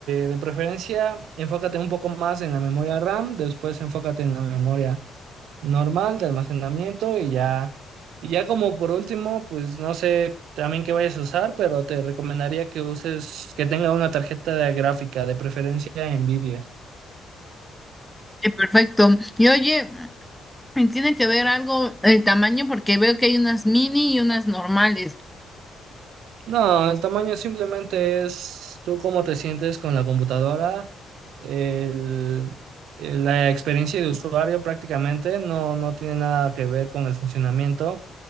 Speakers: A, on the right; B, in the centre.
A: de preferencia enfócate un poco más en la memoria RAM, después enfócate en la memoria normal de almacenamiento y ya, y ya como por último, pues no sé también qué vayas a usar, pero te recomendaría que uses, que tenga una tarjeta gráfica, de preferencia NVIDIA.
B: Eh, Perfecto. Y oye, mm, ¿tiene que ver algo el tamaño? Porque veo que hay unas mini y unas normales.
A: No, el tamaño simplemente es tú cómo te sientes con la computadora, el- la experiencia de usuario prácticamente no, no tiene nada que ver con el funcionamiento.